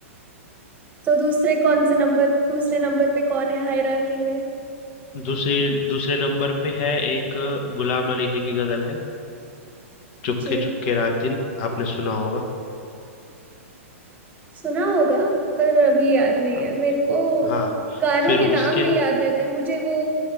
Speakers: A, on the right (about 20°); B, on the left (about 50°).
A: तो दूसरे कौन से नंबर दूसरे नंबर पे कौन है हायरार्की में
B: दूसरे दूसरे नंबर पे है एक गुलाम अली जी की गज़ल है, चुपके
A: जी
B: चुपके रात दिन, आपने सुना होगा।
A: सुना होगा पर अभी याद नहीं
B: हाँ,
A: है मेरे को
B: हाँ,
A: गानों
B: फिर
A: के
B: उसके
A: नाम नहीं याद रहते हैं मुझे वो